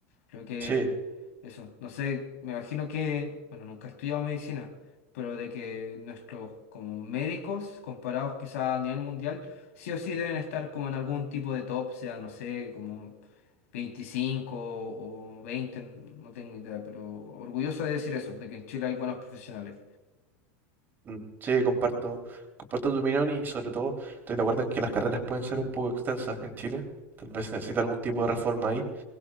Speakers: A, on the left (about 85°); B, on the right (about 25°).
A: Creo que
B: sí,
A: eso, no sé, me imagino que, bueno, nunca he estudiado medicina, pero de que nuestros como médicos, comparados quizá a nivel mundial, sí o sí deben estar como en algún tipo de top, sea, no sé, como 25 o veinte no tengo idea, pero orgulloso de decir eso, de que en Chile hay buenos profesionales.
B: mm, sí, comparto, comparto tu opinión y sobre todo estoy de acuerdo en que las carreras pueden ser un poco extensas en Chile. Tal vez se necesita algún tipo de reforma ahí,